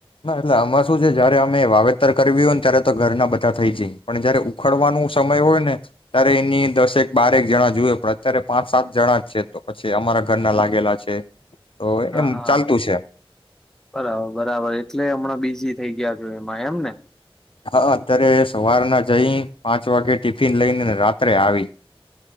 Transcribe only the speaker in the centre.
હા
હા
બરાબર બરાબર એટલે હમણાં બીજી થઈ ગયા છો એમાં એમ ને?